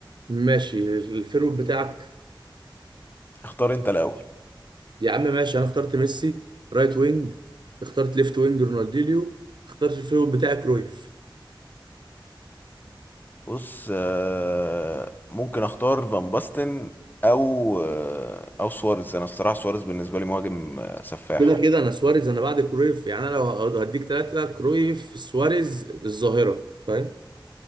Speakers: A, on the right; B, on the left.
A: ماشي الفيرويد بتاعك
B: اختار انت الاول
A: يا عم ماشي انا اخترت ميسي رايت وينج اخترت ليفت وينج رونالدينيو اخترت الفيرويد بتاعي كرويف
B: بص أه... ممكن اختار فان باستن او آه، او سواريز انا الصراحة سواريز بالنسبة لي مهاجم آه، سفاح
A: كده كده انا سواريز انا بعد كرويف يعني انا لو هديك ثلاثة كرويف سواريز الظاهرة فاهم